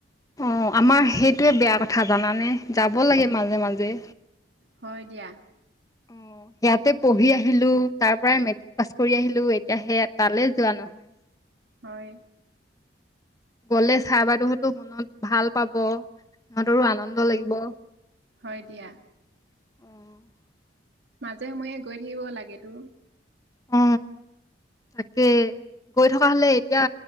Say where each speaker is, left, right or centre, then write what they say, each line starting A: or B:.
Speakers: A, on the left; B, on the right.
A: অ, আমাৰ সেইটোৱে বেয়া কথা জানানে যাব লাগে মাজে- মাজে।
B: হয় দিয়া।
A: অ, ইয়াতে পঢ়ি আহিলো তাৰ পৰাই মেট্ৰিক পাছ কৰি আহিলো এতিয়া সে তালৈ যোৱা নহয়। হয়।
B: হয়।
A: গ'লে চাৰ বাইদেউহতো মনত ভাল পাব। ইতৰো আনন্দ লাগিব।
B: হয় দিয়া।
A: অ',
B: মাজে সময়ে গৈ থাকিব লাগেতো।
A: অ, তাকে। গৈ থকা হলে এতিয়া